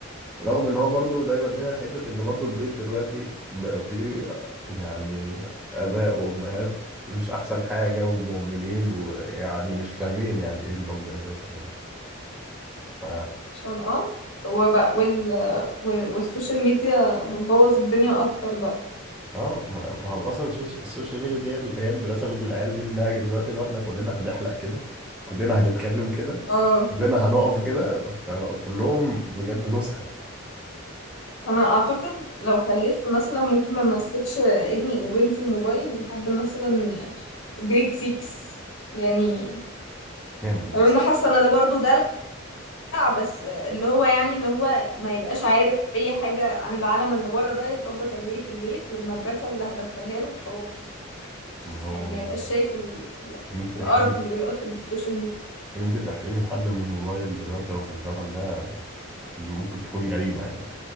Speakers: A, in the centre; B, on the left (about 70°).
A: رغم ان هو برضو ده يودينا لحتة ان برضو البيت دلوقتي بقى فيه يعني اباء وامهات مش احسن حاجة ومهملين ويعني مش فاهمين يعني ايه نربي اساسا يعني ف
B: عشان اه وبقى وال... وال... والسوشيال ميديا بتبوظ الدنيا اكتر بقى
A: اه ما انا ما هو اصلا السوش- السوشيال ميديا دي هي اللي هي اللي رسمت العيال دي النهج دلوقتي ان احنا كلنا هنحلق كده كلنا هنتكلم كده
B: اه
A: كلنا هنقف كده فبقوا كلهم بجد نسخة
B: انا اعتقد لو خلفت مثلا ممكن ما امسكش ابني او بنتي موبايل لحد مثلا جريد 6 يعني
A: كام جريتسي
B: لو انا حاسه ان ده برضو ده بس اللي هو يعني ان هو ما يبقاش عارف اي حاجة عن العالم اللي بره ده يتربى تربية البيت والمدرسة اللي هدخلها له وخلاص
A: ما هو
B: يعني ما يبقاش شايف ال- ال-
A: ان انت تحرمي
B: القرف اللي بيبقى في السوشيال ميديا
A: ان انت تحرمي حد من الموبايل دلوقتي او في الزمن ده ممكن تكون جريمة يعني